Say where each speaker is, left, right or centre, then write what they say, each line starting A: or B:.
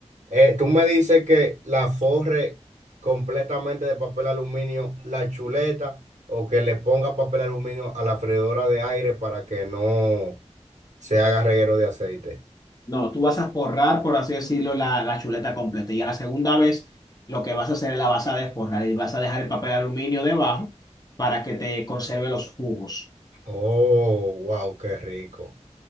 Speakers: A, on the right; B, on the left.
A: Eh, tú me dices que la forre completamente de papel aluminio, la chuleta, o que le ponga papel aluminio a la freidora de aire para que no se haga reguero de aceite.
B: No, tú vas a forrar, por así decirlo, la, la chuleta completa. Y a la segunda vez, lo que vas a hacer es la vas a desforrar y vas a dejar el papel de aluminio debajo para que te conserve los jugos.
A: Oh, wow, qué rico.